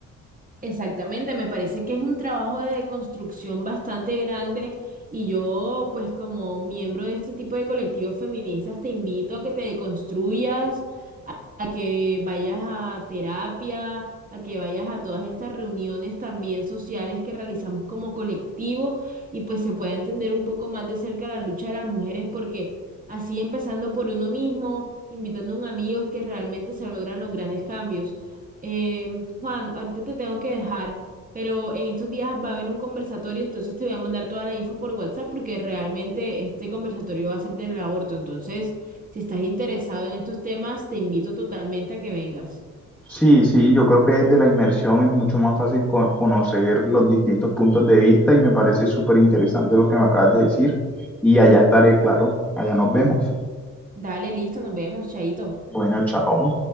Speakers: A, on the right; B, in the centre.
A: Exactamente, me parece que es un trabajo de construcción bastante grande y yo, pues como miembro de este tipo de colectivos feministas, te invito a que te deconstruyas, a que vayas a terapia, a que vayas a todas estas reuniones también sociales que realizamos como colectivo y pues se pueda entender un poco más de cerca la lucha de las mujeres porque así empezando por uno mismo, invitando a un amigo es que realmente se logran los grandes cambios. Eh, Juan, ahorita te tengo que dejar. Pero en estos días va a haber un conversatorio, entonces te voy a mandar toda la info por WhatsApp porque realmente este conversatorio va a ser del aborto. Entonces, si estás interesado en estos temas, te invito totalmente a que vengas.
B: Sí, sí, yo creo que desde la inmersión es mucho más fácil co- conocer los distintos puntos de vista y me parece súper interesante lo que me acabas de decir y allá estaré, claro, allá nos vemos.
A: Dale, listo, nos vemos, chaito.
B: Bueno, chao.